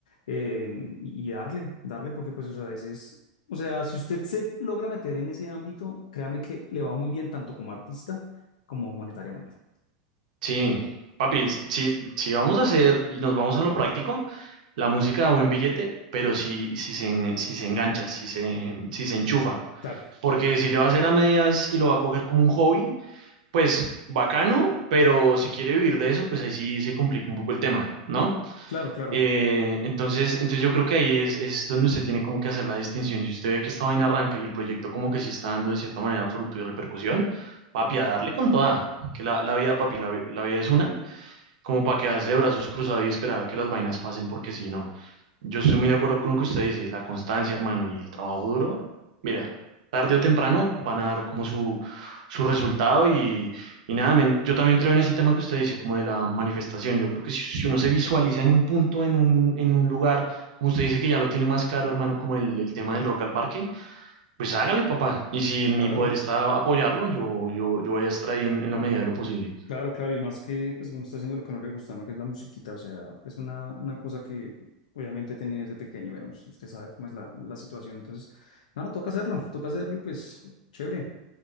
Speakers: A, on the left; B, on the right.
A: eh, y darle, darle, porque pues, o sea, ese es, o sea, si usted se logra meter en ese ámbito, créame que le va muy bien tanto como artista como monetariamente.
B: Sí. Papi,
A: Mm,
B: si, si si vamos a hacer y nos vamos a lo práctico, la música da buen billete, pero si, si se, si se engancha, si se, si se enchufa,
A: Claro,
B: Porque si le va a hacer a medias y lo va a coger como un hobby, pues bacano, pero si quiere vivir de eso, pues ahí sí se complica un poco el tema, ¿no?
A: claro, claro.
B: Eh, entonces, entonces yo creo que ahí es, es donde usted tiene como que hacer la distinción. Si usted ve que esta vaina arranca y el proyecto como que sí está dando de cierta manera fruto y repercusión, papi, a darle con toda, que la, la vida, papi, la, vi- la vida es una como para quedarse de brazos cruzados y esperar a que las vainas pasen, porque si no, yo estoy muy de acuerdo con lo que usted dice, la constancia, hermano, y el trabajo duro, mira, tarde o temprano van a dar como su, su resultado y, y nada, men, yo también creo en ese tema que usted dice, como de la manifestación, yo creo que si, si uno se visualiza en un punto, en un,
A: Ujú.
B: en un lugar, como usted dice que ya lo tiene más claro, hermano, como el, el tema del rock al parque, pues hágale, papá, y si en
A: Claro.
B: mi poder está apoyarlo, yo, yo, yo voy a estar ahí en en la medida de lo posible.
A: Claro, claro, y más que pues uno está haciendo lo que no le gusta, ¿no? Que es la musiquita, o sea, es una, una cosa que obviamente tenía desde pequeño, y bueno, si usted sabe cómo es la, la situación, entonces, nada, toca hacerlo, toca hacerlo y pues, chévere.